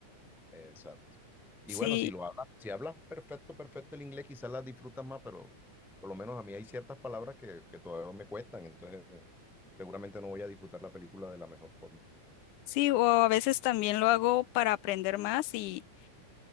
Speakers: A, in the centre; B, on the left.
A: Exacto. Y
B: Sí,
A: bueno, si lo hablas, si hablas perfecto, perfecto el inglés, quizás las disfrutas más, pero por lo menos a mí hay ciertas palabras que, que todavía me cuestan, entonces eh, seguramente no voy a disfrutar la película de la mejor forma.
B: sí, o a veces también lo hago para aprender más y